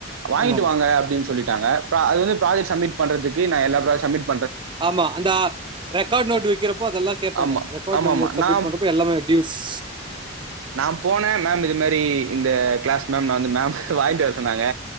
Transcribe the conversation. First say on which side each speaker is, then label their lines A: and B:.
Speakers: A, on the right; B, on the right.
A: வாங்கிட்டு
B: ஆமா
A: வாங்க அப்படின்னு சொல்லிட்டாங்க அது வந்து ப்ராஜெக்ட் சமிட் பண்றதுக்கு ந எல்லா ப்ராஜக் சமிட்
B: ஆமா அந்த ரெக்கார்ட் நோட் விக்கிறப்போ அதெல்லாம் கேப்பாங்க
A: ஆமா
B: ரெக்கார்ட்
A: ஆமாமா
B: நம்ம சப்மிட்
A: நா
B: பண்றப்போ எல்லாமே டியூஸ்ஸ்
A: நா போனே மேம் இது மாரி இந்த கிளாஸ் மேம் நான் வந்து மேம் வாங்கிட் வர சொன்னாங்க